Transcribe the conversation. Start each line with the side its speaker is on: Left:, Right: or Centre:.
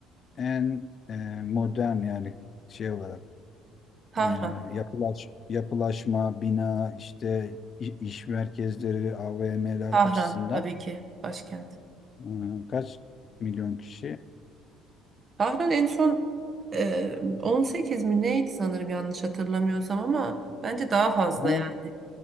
Left: en e, modern yani şey olarak
Right: Tahran.
Left: e, yapılaş, yapılaşma, bina işte i- iş merkezleri, AVM'ler
Right: Tahran
Left: açısından
Right: tabii ki başkent.
Left: e, kaç milyon kişi?
Right: Tahran en son e, 18 mi neydi sanırım yanlış hatırlamıyorsam ama bence daha fazla
Left: Ha,
Right: yani.